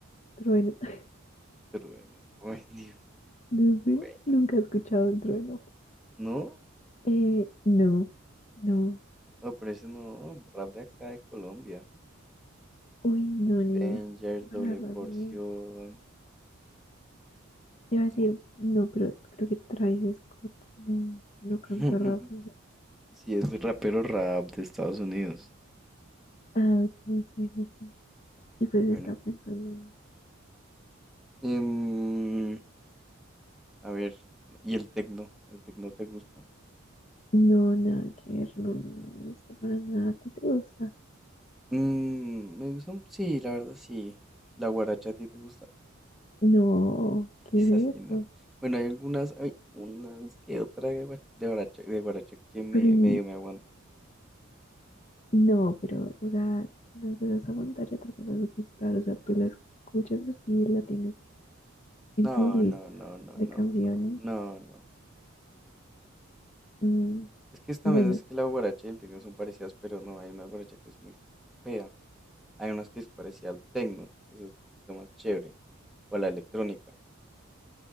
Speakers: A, on the left; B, in the centre.
A: trueno. <laughs>
B: Pero bueno, ay Dios,
A: No sé,
B: bueno.
A: nunca he escuchado un trueno.
B: No,
A: Eh, no, no.
B: no, pero ese no, rap de acá de Colombia.
A: Uy, no, ni
B: Danger,
A: idea. No,
B: doble
A: la verdad,
B: porción.
A: ni idea. Te iba
B: No.
A: a decir, no, pero creo que Travis Scott no, no
B: <laughs>
A: canta rap, ¿o sí?
B: Sí, es rapero rap de Estados Unidos.
A: Ah, ok, sí, sí, sí. Y pues
B: Bueno.
A: está pensando en...
B: em, a ver, ¿y el tecno? ¿El tecno te gusta?
A: No, nada que ver, no, no, no me gusta para nada. ¿A ti te gusta?
B: Mm, me gusta, un- sí, la verdad sí. ¿La guaracha a ti te gusta?
A: No, ¿qué
B: Es así,
A: es eso?
B: ¿no? Bueno, hay algunas, hay unas que otra de guara- de guaracha, de guaracha que me,
A: Pero, y-
B: medio me aguanto.
A: no, pero, o sea, una cosa es aguantar y otra cosa es gustar. O sea, tú la escuchas así, la tienes en
B: No,
A: tu lista
B: no, no, no,
A: de
B: no,
A: canciones.
B: no, no, no.
A: mm,
B: Es que también
A: bueno,
B: es que la guaracha y el tecno son parecidas, pero no, hay una guaracha que es muy fea. Hay unas que es parecida al tecno, esa es un poquito más chévere. O a la electrónica.